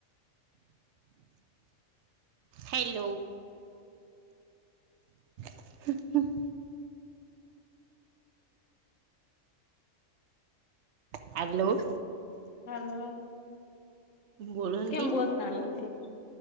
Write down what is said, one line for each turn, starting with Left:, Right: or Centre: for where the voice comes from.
Right: હલો <inaudible> હાલો
Left: હલો
Right: બોલો ને
Left: કેમ
Right: બેન
Left: બોલતા નથી